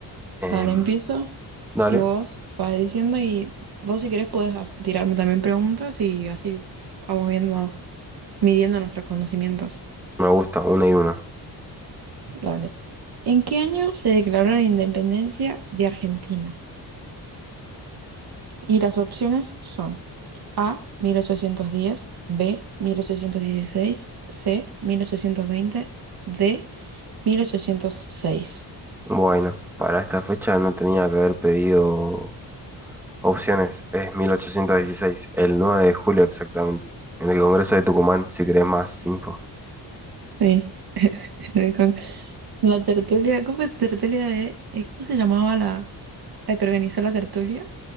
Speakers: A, in the centre; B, on the right (about 60°).
A: Em,
B: Dale, empiezo
A: dale.
B: y vos vas diciendo y vos si querés podés as- tirarme también preguntas y así vamos viendo, midiendo nuestros conocimientos.
A: Me gusta una y una.
B: Dale. ¿En qué año se declaró la independencia de Argentina? Y las opciones son A, mil ochocientos diez, B, mil ochocientos dieciséis, C, mil ochocientos veinte, D, 1806.
A: Bueno, para esta fecha no tenía que haber pedido opciones. Es 1816, el 9 de julio exactamente, en el Congreso de Tucumán, si querés más info.
B: Sí, <laughs> La tertulia, ¿cómo es tertulia de, eh, cómo se llamaba la, la que organizó la tertulia?